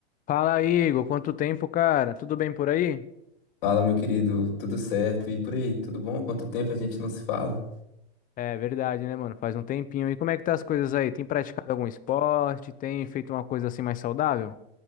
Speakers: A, on the left; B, on the left.
A: Fala, Igor. Quanto tempo, cara? Tudo bem por aí?
B: Fala, meu querido, tudo certo? E por aí, tudo bom? Quanto tempo a gente não se fala?
A: É verdade, né, mano? Faz um tempinho. E como é que tá as coisas aí? Tem praticado algum esporte? Tem feito uma coisa assim mais saudável?